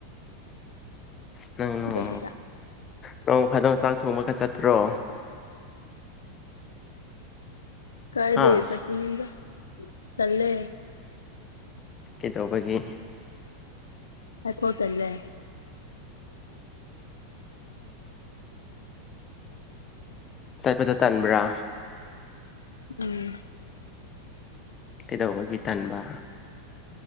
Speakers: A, on the left; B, on the left.
A: ꯅꯪ ꯅꯣꯡ
B: ꯑꯗꯨ ꯈꯛꯇ
A: ꯅꯣꯡꯃ ꯐꯥꯗꯣꯛ ꯆꯥꯛ ꯊꯣꯡꯕꯒ ꯆꯠꯇ꯭ꯔꯣ
B: ꯀꯥꯏꯗꯩ
A: ꯍꯥ
B: ꯆꯠꯄꯅꯣꯗ ꯇꯜꯂꯦ
A: ꯀꯩꯗꯧꯕꯒꯤ
B: ꯑꯩ ꯀꯣꯏ ꯇꯜꯂꯦ
A: ꯆꯠꯄꯗ ꯇꯟꯕ꯭ꯔꯥ
B: ꯎꯝ
A: ꯀꯩꯗꯧꯕꯒꯤ ꯇꯟꯕ